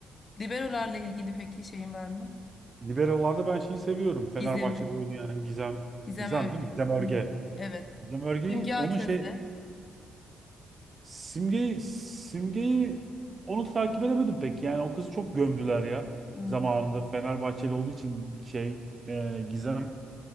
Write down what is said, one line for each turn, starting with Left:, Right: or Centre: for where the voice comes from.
Left: Liberolarla ilgili peki şeyin var mı?
Right: Liberolarda ben şeyi seviyorum. Fenerbahçe'de
Left: Gizem'i.
Right: oynayan Gizem.
Left: Gizem
Right: Gizem
Left: Ölge.
Right: değil mi? Gizem Örge.
Left: Hı. Evet.
Right: Gizem Örge'yi
Left: Simge Aköz'de.
Right: onun şey Simge'yi Simge'yi onu takip edemedim pek. Yani o kızı çok gömdüler ya.
Left: Hı.
Right: Zamanında Fenerbahçeli olduğu için şey e, Gizem.